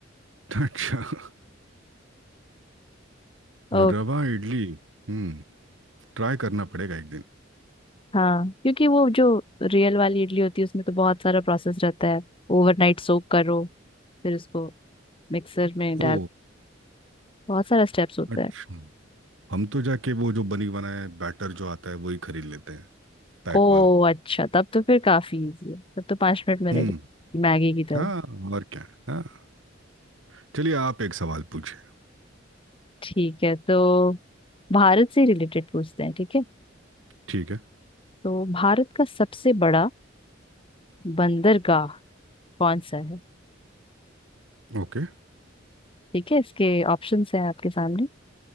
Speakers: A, on the right (about 80°); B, on the left (about 30°).
A: अच्छा
B: ओ
A: रवा इडली हम्म ट्राई करना पड़ेगा एक दिन
B: हाँ क्योंकि वो जो रियल वाली इडली होती है उसमें तो बहुत सारा प्रोसेस रहता है ओवरनाइट सोक करो फिर उसको मिक्सर में डाल
A: ओ
B: बहुत सारा स्टेप्स होता
A: अच्छा
B: है
A: हम तो जाके वो जो बनी बनाए बैटर जो आता है वही खरीद लेते हैं पैक
B: ओ
A: वाला
B: अच्छा तब तो फिर काफी इजी है तब तो पांच मिनट में
A: हम्म
B: रेडी मैगी की तरह
A: हाँ और क्या हाँ चलिए आप एक सवाल पूछिए
B: ठीक है तो भारत से रिलेटेड पूछते हैं ठीक है
A: ठीक है
B: तो भारत का सबसे बड़ा बंदरगाह कौन सा है
A: ओके
B: ठीक है इसके ऑप्शंस हैं आपके सामने